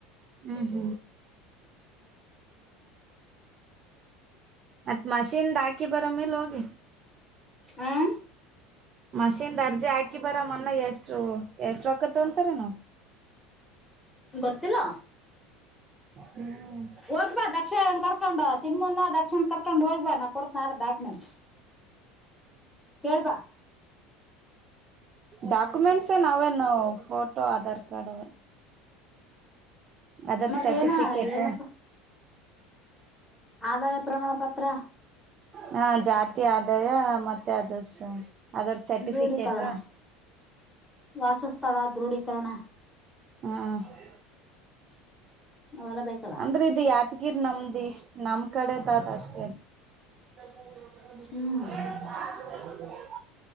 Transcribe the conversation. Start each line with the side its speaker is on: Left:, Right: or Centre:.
Right: ಹ್ಮ್ ಹ್ಮ್ ಮತ್ ಮಷೀನ್ದ ಹಾಕಿ ಬರೋ ಮೇಲೆ ಹೋಗಿ.
Centre: ಹ್ಮ್
Right: ಮಷೀನ್ ಅರ್ಜಿ ಹಾಕಿ ಬರಾ ಮೊನ್ನೆ ಎಷ್ಟು. ಎಷ್ಟು ಆಕತ್ ಅಂತಾರೆನು. <inaudible>
Centre: ಗೊತ್ತಿಲ್ಲ
Right: ಹ್ಮ್
Centre: ಹೋಗ್ಬಾ ದಕ್ಷಯನ್ ಕರ್ಕೊಂಡ್ ತಿಮ್ಮನ ದಕ್ಷಯನ್ ಕರ್ಕೊಂಡು ಹೋಗ್ಬಾ ನಾ ಕೊಡತನ ಆಧಾರ್ ಡಾಕ್ಯುಮೆಂಟ್ಸ್ ಕೇಳ್ಬಾ
Right: ಡಾಕ್ಯುಮೆಂಟ್ಸೇನ ಅವೇನ್ ಫೋಟೋ ಆಧಾರ್ ಕಾರ್ಡ್ ಅವೇ ಅದರ್
Centre: ಮತ್ತೇನ
Right: ಸರ್ಟಿಫಿಕೇಟ್
Centre: ಏನಪ್ಪಾ ಆದಾಯ ಪ್ರಮಾಣ ಪತ್ರ
Right: ಹಾ ಜಾತಿ ಆದಾಯ ಮತ್ತೆ ಅಧಸ ಅದರ್ ಸರ್ಟಿಫಿಕೇಟ್
Centre: ದೃಢೀಕರಣ ವಾಸಸ್ಥಳ ದೃಢೀಕರಣ
Right: ಹ್
Centre: ಅವೆಲ್ಲ ಬೇಕ್
Right: ಅಂದ್ರ ಇದು ಯಾತಗಿರ್ ನಮ್ದ್ ಇಷ್ಟ್ ನಮ್ ಕಡೆದಾದ್ ಅಷ್ಟೇ <unintelligible>
Centre: ಹ್ಮ್